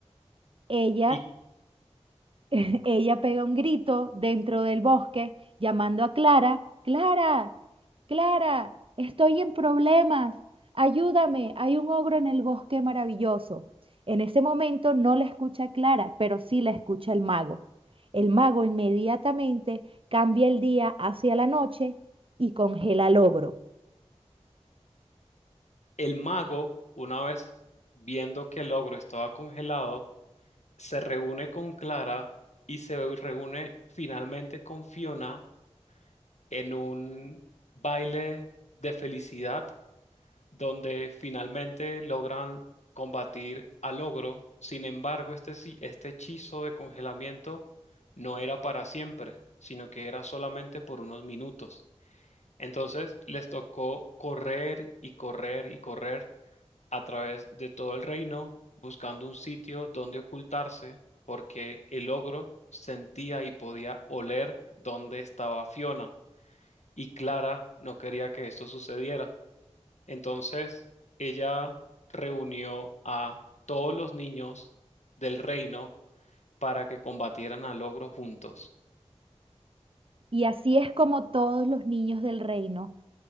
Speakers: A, on the right; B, on the left.
A: Ella
B: Y
A: <laughs> Ella pega un grito dentro del bosque, llamando a Clara, Clara, Clara, estoy en problemas, ayúdame, hay un ogro en el bosque maravilloso. En ese momento no la escucha Clara, pero sí la escucha el mago. El mago inmediatamente cambia el día hacia la noche y congela al ogro.
B: el mago, una vez viendo que el ogro estaba congelado, se reúne con Clara y se reúne finalmente con Fiona en un baile de felicidad donde finalmente logran combatir al ogro. Sin embargo, este, si- este hechizo de congelamiento no era para siempre, sino que era solamente por unos minutos. Entonces les tocó correr y correr y correr a través de todo el reino, buscando un sitio donde ocultarse, porque el ogro sentía y podía oler dónde estaba Fiona, y Clara no quería que esto sucediera. Entonces, ella reunió a todos los niños del reino para que combatieran al ogro juntos.
A: Y así es como todos los niños del reino